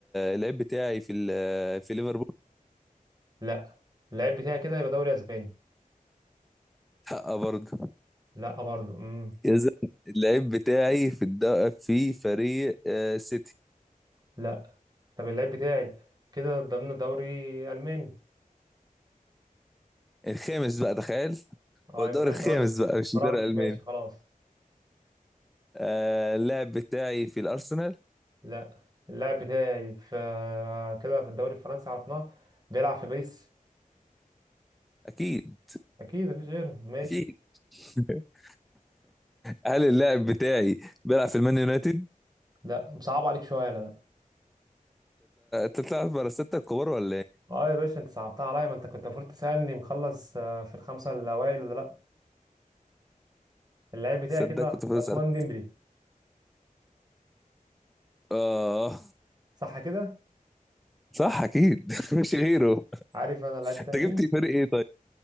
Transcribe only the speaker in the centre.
اللعيب بتاعي في ال- في ليفربول
لا برضه
اذا اللعيب بتاعي في الد... في فريق آه، سيتي
الخامس بقى تخيل
هو الدوري
الخامس
بقى مش
الدوري الالماني
آه، اللاعب بتاعي في الارسنال
اكيد
اكيد <laughs> هل اللاعب بتاعي بيلعب في المان يونايتد
تطلع بره الستة الكبار ولا إيه؟
صدق
كنت فاضي
اسالك
اه
صح اكيد <laughs> مش غيره
انت
جبت
فريق ايه طيب